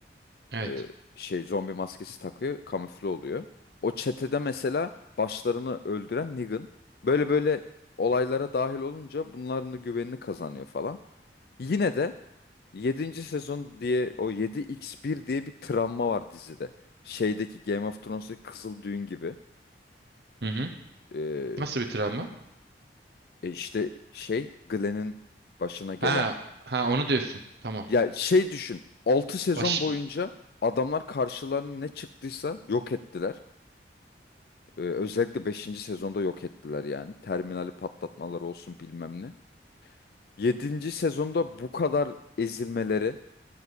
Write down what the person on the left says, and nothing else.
E, şey zombi maskesi takıyor, kamufle oluyor. O çetede mesela başlarını öldüren Negan. Böyle böyle olaylara dahil olunca bunların da güvenini kazanıyor falan. Yine de Yedinci sezon diye o 7 x bir diye bir travma var dizide. Şeydeki Game of Thrones'daki Kızıl Düğün gibi.
Ee,
e işte şey Glenn'in başına gelen.
Ya şey düşün. 6 sezon
boyunca adamlar karşılarına ne çıktıysa yok ettiler. Ee, özellikle beşinci sezonda yok ettiler yani. Terminali patlatmalar olsun bilmem ne. yedinci sezonda bu kadar ezilmeleri